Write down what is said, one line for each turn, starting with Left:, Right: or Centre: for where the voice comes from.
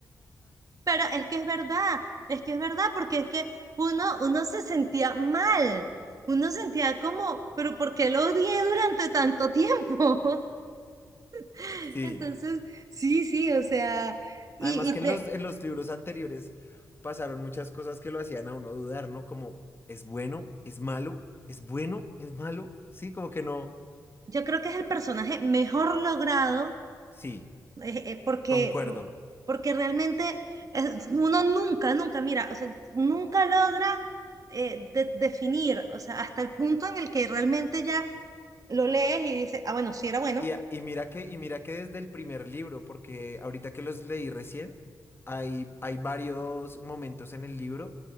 Right: Pero es que es verdad, es que es verdad, porque es que uno, uno se sentía mal. Uno sentía como, pero ¿por qué lo odié durante tanto tiempo? <laughs>
Left: Sí.
Right: Entonces, sí, sí, o sea, y,
Left: Además
Right: y,
Left: que en
Right: de-
Left: los, en los libros anteriores pasaron muchas cosas que lo hacían a uno dudar, ¿no? Como, ¿es bueno? ¿Es malo? ¿Es bueno? ¿Es malo? Sí, como que no.
Right: yo creo que es el personaje mejor logrado,
Left: Sí,
Right: eh, eh, porque,
Left: concuerdo.
Right: porque realmente es- uno nunca, nunca, mira, o sea, nunca logra eh, de- definir, o sea, hasta el punto en el que realmente ya lo lees y dices, ah, bueno, sí era bueno,
Left: Y, a- y mira que, y mira que desde el primer libro, porque ahorita que los leí recién, hay, hay varios momentos en el libro